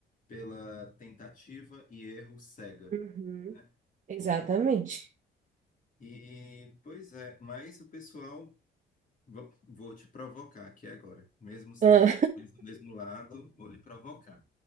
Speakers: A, on the left; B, on the right.
A: pela tentativa e erro cega,
B: uhum,
A: né?
B: exatamente.
A: Porque, e pois é, mas o pessoal Vou vou te provocar aqui agora. Mesmo sendo
B: Ah,
A: eles do mesmo lado, vou lhe provocar.